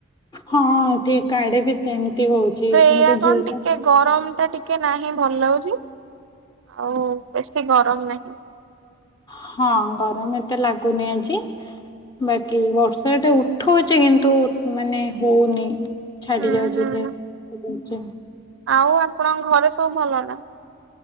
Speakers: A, on the left; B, on the right.
A: ହଁ ଠିକ୍ ଆଡେ ବି ସେମିତି ହଉଛି
B: ଏଇଆ
A: କିନ୍ତୁ
B: କଣ
A: ଯୋଉଟା
B: ଟିକେ ଗରମ ଟା ଟିକେ ନାହିଁ ଭଲ ଲାଗୁଛି ଆଉ ବେଶୀ ଗରମ ନାହିଁ।
A: ହଁ ଗରମ ଏତେ ଲାଗୁନି ଆଜି ବାକି ବର୍ଷା ଟା ଉଠଉଛି କିନ୍ତୁ ମାନେ ହଉନି। ଛାଡି
B: ହୁଁ
A: ଯାଉଛି
B: ହୁଁ।
A: ଫେର।
B: ଆଉ ଆପଣଙ୍କ ଘରେ ସବୁ ଭଲ ନା?